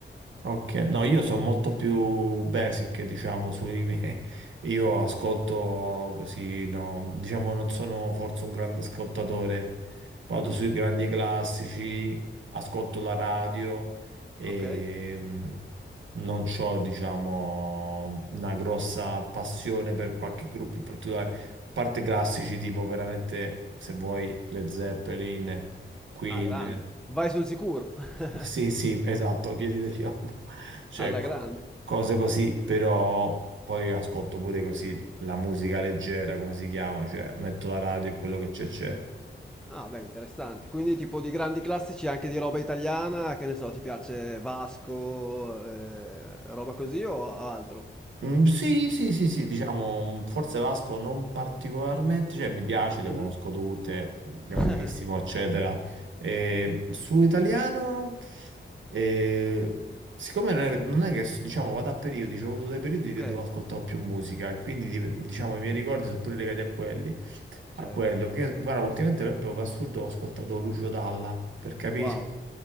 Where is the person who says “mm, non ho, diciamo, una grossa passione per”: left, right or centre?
Right